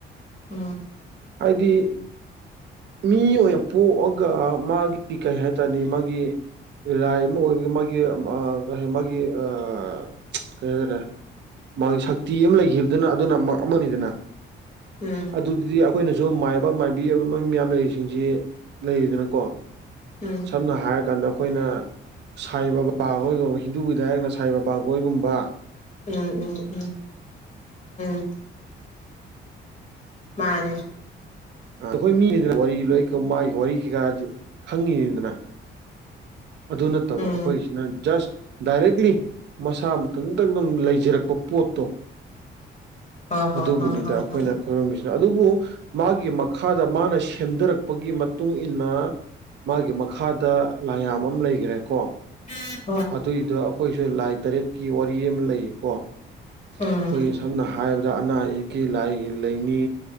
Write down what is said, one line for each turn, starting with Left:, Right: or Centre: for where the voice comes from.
Left: <unintelligible>
Right: ꯍꯥꯏꯗꯤ ꯃꯤ ꯑꯣꯏꯅ ꯄꯣꯛꯑꯒ ꯃꯥꯒꯤ ꯀꯩ ꯍꯥꯏꯇꯥꯔꯅꯤ ꯃꯥꯒꯤ ꯔꯥꯏ ꯑꯃ ꯑꯣꯏꯕꯒꯤ ꯃꯥꯒꯤ ꯀ ꯃꯥꯒꯤ ꯑꯥ ꯀꯩ ꯍꯥꯏꯇꯥꯔꯦ ꯃꯥꯒꯤ ꯁꯛꯇꯤ ꯑꯃ ꯂꯩꯈꯤꯕꯗꯨꯅ ꯑꯗꯨꯅ ꯑꯃꯅꯤꯗꯅ
Left: ꯎꯝ
Right: ꯑꯗꯨꯗꯤ ꯑꯩꯈꯣꯏꯅꯁꯨ ꯃꯥꯏꯕ ꯃꯥꯏꯕꯤꯕ ꯃ ꯃꯌꯥꯝ ꯂꯩꯔꯤꯁꯤꯡꯁꯤ ꯂꯩꯔꯤꯗꯅꯀꯣ
Left: ꯎꯝ
Right: ꯁꯝꯅ ꯍꯥꯏꯔ ꯀꯥꯟꯗ ꯑꯩꯈꯣꯏꯅ ꯁꯥꯏ ꯕꯕꯥꯈꯣꯏꯒꯨꯝꯕ ꯍꯤꯟꯗꯨꯒꯤꯗ ꯍꯥꯏꯔꯀꯥꯟꯗ ꯁꯥꯏ ꯕꯥꯕꯥ ꯍꫭꯏꯒꯨꯝꯕ
Left: ꯎꯝ ꯎꯝ ꯎꯝ ꯎꯝ ꯃꯥꯅꯦ
Right: ꯑ ꯑꯩꯈꯣꯏ ꯃꯤꯅꯤꯗꯅ ꯋꯥꯔꯤ ꯂꯣꯏ ꯃꯥꯒꯤ ꯋꯥꯔꯤ ꯀꯩꯀꯥ ꯈꯪꯉꯤꯅꯤꯗꯅ ꯑꯗꯨ ꯅꯠꯇꯕ
Left: ꯎꯝ
Right: ꯑꯩꯈꯣꯏꯒꯤꯁꯤꯅ ꯖꯁ ꯗꯥꯏꯔꯦꯛꯂꯤ ꯃꯁꯥ ꯃꯊꯟꯇ ꯑꯗꯨꯝ ꯂꯩꯖꯔꯛꯄ ꯄꯣꯠꯇꯣ
Left: ꯍꯣ ꯍꯣ
Right: ꯑꯗꯨꯕꯨꯅꯤꯗ
Left: ꯍꯣ ꯍꯣ
Right: ꯑꯩꯈꯣꯏꯅ
Left: ꯍꯣ
Right: ꯑꯣꯏꯔꯝꯃꯤꯁꯤꯅ ꯑꯗꯨꯕꯨ ꯃꯥꯒꯤ ꯃꯈꯥꯗ ꯃꯥꯅ ꯁꯦꯝꯊꯔꯛꯄꯒꯤ ꯃꯇꯨꯡꯏꯟꯅ ꯃꯥꯒꯤ ꯃꯈꯥꯗ ꯂꯥꯏ ꯌꯥꯝ ꯑꯃ ꯂꯩꯈ꯭ꯔꯦꯀꯣ
Left: <unintelligible>
Right: ꯑꯗꯨꯏꯗꫭ ꯑꯩꯈꯣꯏꯁꯨ ꯂꯥꯏ ꯇꯔꯦꯠꯀꯤ ꯋꯥꯔꯤ ꯑꯃ ꯂꯩꯌꯦꯀꯣ ꯑꯩꯈꯣꯏꯒꯤ
Left: ꯎꯝ
Right: ꯁꯝꯅ ꯍꯥꯏꯔꯕ ꯑꯗ ꯑꯅꯥ ꯑꯌꯦꯛꯀꯤ ꯂꯥꯏꯒꯤ ꯂꯩꯅꯤ